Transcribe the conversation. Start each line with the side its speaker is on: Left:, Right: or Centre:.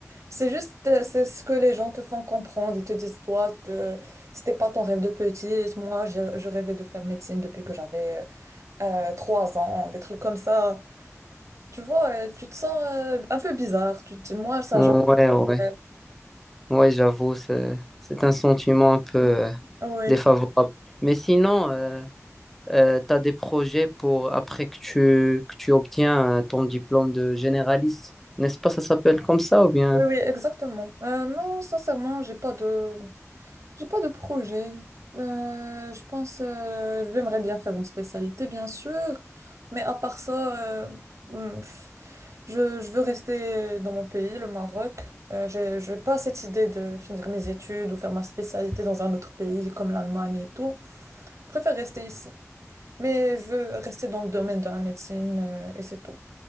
Right: C'est juste, euh, c'est ce que les gens te font comprendre. Ils te disent, toi, te- c'était pas ton rêve de petite. Moi, j'ai- je rêvais de faire médecine depuis que j'avais euh, euh, trois ans, des trucs comme ça. Tu vois, euh, tu te sens euh, un peu bizarre. Tu te dis, moi, ça,
Centre: Ouais,
Right: jamais.
Centre: ouais,
Right: fait.
Centre: ouais, j'avoue, c'est c'est un sentiment un peu euh,
Right: Oui, oui,
Centre: défavorable. Mais sinon, euh, euh, tu as des projets pour après que tu, que tu obtiens euh, ton diplôme de généraliste. N'est-ce pas, ça s'appelle comme ça ou bien?
Right: oui, exactement. Euh, non, sincèrement, j'ai pas de, j'ai pas de projet. Euh, je pense, euh, j'aimerais bien faire une spécialité, bien sûr, mais à part ça, euh, hmm, pff, je, je veux rester dans mon pays, le Maroc. Euh, j'ai, j'ai pas cette idée de finir mes études ou faire ma spécialité dans un autre pays comme l'Allemagne et tout. Je préfère rester ici. Mais je veux rester dans le domaine de la médecine euh, et c'est tout.